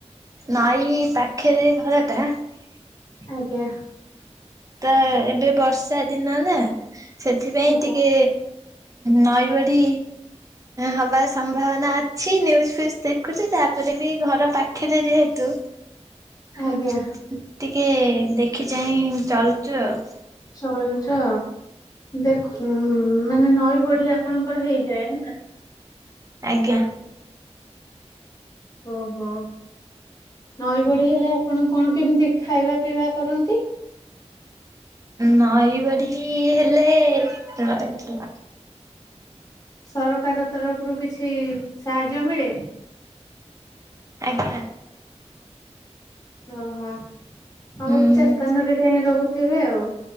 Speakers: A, on the right; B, on the left.
A: ନଈ ପାଖରେ ଘର ଟା।
B: ଆଜ୍ଞା।
A: ତ ଏବେ ବର୍ଷା ଦିନ ନା। ସେଥିପାଇଁ
B: ଆଜ୍ଞା
A: ଟିକେ ନଈ ବଢି ହବାର ସମ୍ଭାବନା ଅଛି। ନ୍ୟୁଜ ଫ୍ୟୁଜ ଦେଖୁଛି ତାପରେ ବି ଘର ପାଖରେ ଯେହେତୁ ହଁ
B: ଆଜ୍ଞା
A: ଟିକେ ଦେଖି ଚାହିଁ ଚାଳୁଛୁ ଆଉ।
B: ଶୋଇଚ। ଦେଖ ମାନେ ନଈ ବଢି ଆପଣଙ୍କର ହେଇଯାଏ ନା?
A: ଆଜ୍ଞା।
B: ଓ ହୋ। ନଈ ବଢି ହେଲେ ଆପଣ କଣ କେମିତି ଖାଇବା ପିଇବା କରନ୍ତି?
A: ନଇ ବଢ଼ି କି ହେଲେ ର ହ
B: ସରକାର ତରଫରୁ କିଛି ସାହାଯ୍ୟ ମିଳେ?
A: ଆଜ୍ଞା।
B: ହଁ ହଁ। ହଉ
A: ହୁଁ
B: ଇଚ୍ଛା ସ୍ଥାନରେ କାହି ରହୁ ତେବେ ଆଉ।